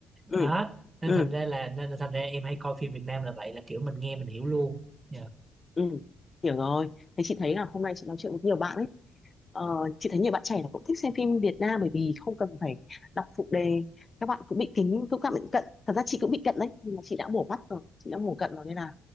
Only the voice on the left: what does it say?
ừ
ừ
ừ hiểu rồi thế chị thấy là hôm nay chị nói chuyện với nhiều bạn ấy Ờ, chị thấy nhiều bạn trẻ là cũng thích xem phim Việt Nam bởi vì không cần phải đọc phụ đề các bạn cũng bị kính cũng các bạn bị cận thật ra chị cũng bị cận đấy nhưng mà chị đã bổ mắt rồi chị đã mổ cận rồi nên là